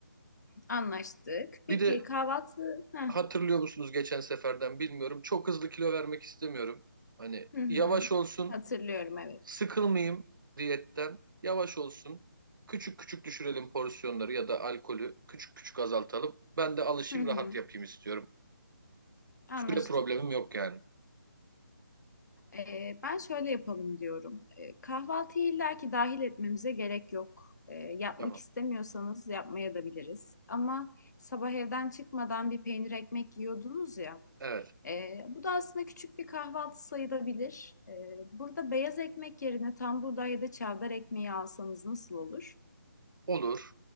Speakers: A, on the left (about 60°); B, on the right (about 75°).
A: Anlaştık. Peki
B: Bir de
A: kahvaltı? Heh,
B: hatırlıyor musunuz geçen seferden bilmiyorum. Çok hızlı kilo vermek istemiyorum. Hani
A: Hı hı.
B: yavaş olsun,
A: Hatırlıyorum evet.
B: sıkılmayayım diyetten. Yavaş olsun. Küçük küçük düşürelim porsiyonları ya da alkolü küçük küçük azaltalım. Ben de alışayım,
A: Hı hı.
B: rahat yapayım istiyorum.
A: Anlaştık.
B: Süre problemim yok yani.
A: Ee, ben şöyle yapalım diyorum. Ee, kahvaltıyı illaki dahil etmemize gerek yok. Ee, yapmak
B: Tamam.
A: istemiyorsanız yapmaya da biliriz. Ama sabah evden çıkmadan bir peynir ekmek yiyordunuz ya.
B: Evet.
A: Ee, bu da aslında küçük bir kahvaltı sayılabilir. Ee, burada beyaz ekmek yerine tam buğday ya da çavdar ekmeği alsanız nasıl olur?
B: Olur.